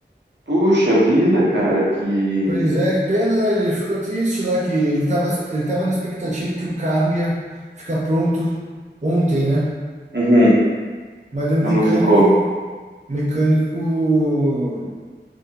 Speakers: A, on the right; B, on the right.
A: Puxa vida, cara, que
B: Pois é, que pena, né? Ele ficou triste lá que ele tava, ele tava na expectativa que o carro ia ficar pronto ontem, né?
A: Uhum.
B: Mas daí o
A: ela
B: mecânico,
A: não ficou,
B: o mecânico